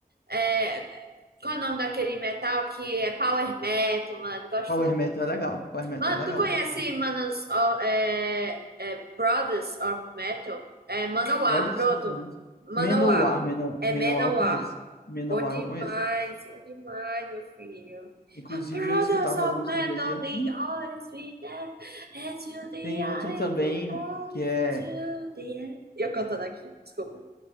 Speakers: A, on the right; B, on the left.
A: é, qual é o nome daquele metal que é power metal, mano? Gosto
B: Power Metal é legal. Power Metal
A: Mano,
B: é legal.
A: tu conhece
B: Eu gosto também.
A: Manos, ó, é, é, Brothers of Metal? É Manowar,
B: Cláudio
A: pronto.
B: Sofrimento.
A: Manowar.
B: Manowar. Manowar,
A: É
B: Manowar
A: Manowar.
B: eu conheço. Manowar
A: Bom demais,
B: eu conheço.
A: bom demais, meu filho.
B: Inclusive,
A: Brothers
B: eu escutava
A: of
B: as músicas
A: Metal,
B: dele. de-
A: they always be there. And to the
B: Tem
A: end,
B: outro também
A: they are
B: que é
A: to the end. Eu cantando aqui, desculpa.